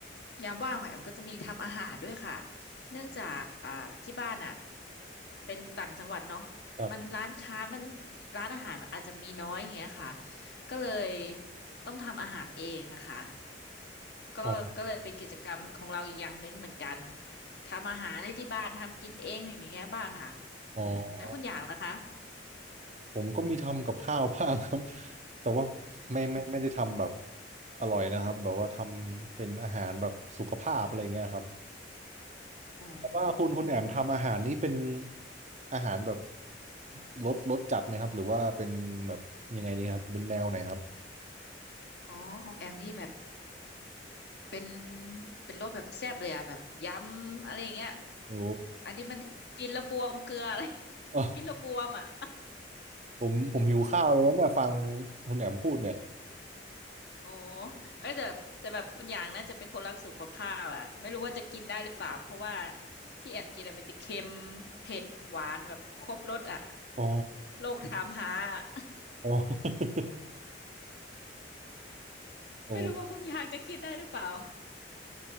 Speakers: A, on the left; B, on the right.
A: ยามว่างของแอมก็จะมีทำอาหารด้วยค่ะเนื่องจากอ่าที่บ้านอ่ะเป็นต่างจังหวัดเนาะ
B: ครับ
A: มันร้านค้ามันร้านอาหารมันอาจจะมีน้อยอย่างเงี้ยค่ะก็เลยต้องทำอาหารเองอะค่ะ ก็ก็เลยเป็นกิจกรรมของเราอีกอย่างหนึ่งเหมือนกัน
B: อ๋อ
A: ทำอาหารในที่บ้านทำกินเองอย่างเงี้ยบ้างค่ะอืมแล้วคุณอย่างล่ะคะ
B: อ๋อ ผมก็มีทำกับข้าวบ้างครับ <laughs> แต่ว่าไม่ไม่ไม่ได้ทำแบบ
A: อืม
B: อร่อยนะครับแบบว่าทำเป็นอาหารแบบสุขภาพอะไรเงี้ยครับ
A: อ๋อ
B: แต่ว่าคุณคุณแอมทำอาหารนี้เป็นอาหารแบบรสรสจัดไหมครับหรือว่าเป็นแบบยังไงดีครับเป็นแนวไหนครับ
A: อ๋อของแอมนี่แบบเป็นเป็นรสแบบแซ่บเลยอะแบบยำอะไรอย่างเงี้ย
B: โอ้
A: อันนี้มันกินแล้วบวมเกลืออะไร
B: <laughs>
A: <laughs>
B: อ๋อ
A: กินแล้วบวมอ่ะ
B: ผมผมหิวข้าวแล้วเนี่ยฟังคุณแอมพูดเนี่ย
A: โอ้เอ้ยแต่แต่แบบคุณอยางน่าจะเป็นคนรักสุขภาพอะไม่รู้ว่าจะกินได้หรือเปล่าเพราะว่าที่แอมกินอะเป็นแต่เค็มเผ็ดหวานแบบครบรสอะ
B: อ๋อ
A: โลกถามหา <laughs> อะ
B: อ๋อ <laughs> โอ้
A: ไม่รู้ว่าคุณอยางจะกินได้หรือเปล่า